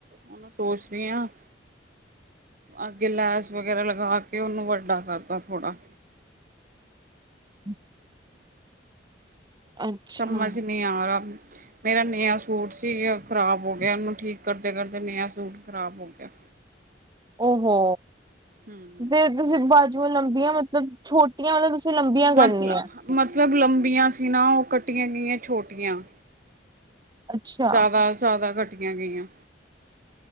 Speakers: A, on the right (about 45°); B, on the right (about 20°).
A: ਹੁਣ ਮੈਂ ਸੋਚ ਰਹੀ ਹਾਂ। ਅੱਗੇ ਲੈਸ ਵਗੈਰਾ ਲਗਾ ਕੇ ਉਹਨੂੰ ਵੱਡਾ ਕਰਦਾ ਥੋੜ੍ਹਾ
B: <inaudible> ਅੱਛਾ
A: ਸਮਝ ਨਹੀਂ ਆ ਰਹਾ ਮੇਰਾ ਨਯ ਸੂਟ ਸੀ ਖ਼ਰਾਬ ਹੋ ਗਿਆ ਉਹਨੂੰ ਠੀਕ ਕਰਦੇ ਕਰਦੇ ਨਯ ਸੂਟ ਖ਼ਰਾਬ ਹੋ ਗਿਆ।
B: ਉਹਹੋ
A: ਹਮ
B: ਤੇ ਤੁਸੀਂ ਬਾਜੂਆਂ ਲੰਬੀਆਂ ਮਤਲਬ ਛੋਟੀਆਂ ਮਤਲਬ ਤੁਸੀਂ ਲੰਬੀਆਂ ਕਰਨੀਆਂ।
A: ਮਤਲਬ ਮਤਲਬ ਲੰਬੀਆਂ ਸੀ ਨਾ ਉਹ ਕੱਟੀਆਂ ਗਈਆਂ ਛੋਟੀਆਂ
B: ਅੱਛਾ
A: ਜ਼ਿਆਦਾ -ਜ਼ਿਆਦਾ ਘਟੀਆਂ ਗਈਆਂ।